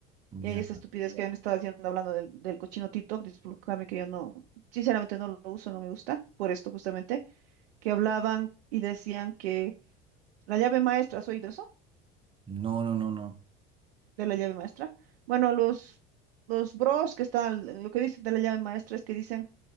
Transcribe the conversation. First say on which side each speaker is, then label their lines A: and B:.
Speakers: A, on the right; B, on the right.
A: y
B: Ya.
A: ahí esa estupidez que han estado haciendo hablando del, del cochino TikTok, discúlpame que yo no, sinceramente no lo uso, no me gusta, por esto justamente, que hablaban y decían que la llave maestra, ¿has oído eso?
B: No, no, no, no.
A: De la llave maestra. Bueno, los, los bros que están, lo que dicen de la llave maestra es que dicen,